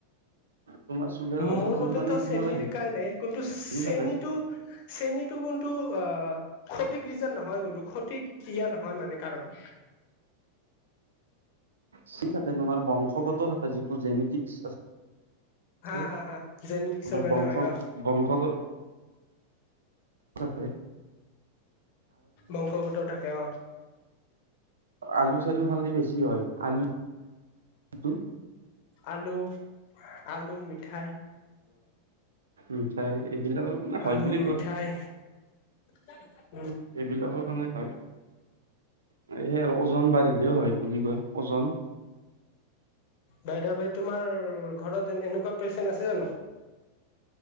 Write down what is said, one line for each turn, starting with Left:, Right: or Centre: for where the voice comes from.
Right: তোমাৰ চুগাৰ
Left: মোৰ
Right: হোৱা কিজন
Left: মতেতো
Right: মানে
Left: চেনিৰ
Right: তোমাৰ
Left: কাৰণে কিন্তু চেনিটো
Right: হেৰি থাকে
Left: চেনিটো কিন্তু অ' সঠিক ৰিজন নহয় কিন্তু সঠিক এইয়া নহয় মানে কাৰণ।
Right: চি থাকে তোমাৰ বংশগত থাকে যিটো জেনেটিকছ <unintelligible>
Left: হা
Right: হে--আমাৰ
Left: হা হা জেনেটিক্সৰ কাৰণে
Right: বংশত
Left: হয় অ
Right: বংশগত বংশতে
Left: বংশগতৰ থাকে। অ'।
Right: আলু চালু খালে বেছি হয়। আলু হুই
Left: আলু। আলু, মিঠাই
Right: উম চাই। এইবিলাকৰ মানে হয়
Left: আলু
Right: বুলি
Left: মিঠাই
Right: কয়।
Left: <inaudible>
Right: এইবিলাকৰ কাৰণে হয়। এই আৰু ওজন বাঢ়িল। তেওঁ হয় বুলি কয়। ওজন
Left: বাইদাৱে তোমাৰ ঘৰত- এনে এনেকুৱা পেচেন্ট আছে জানো?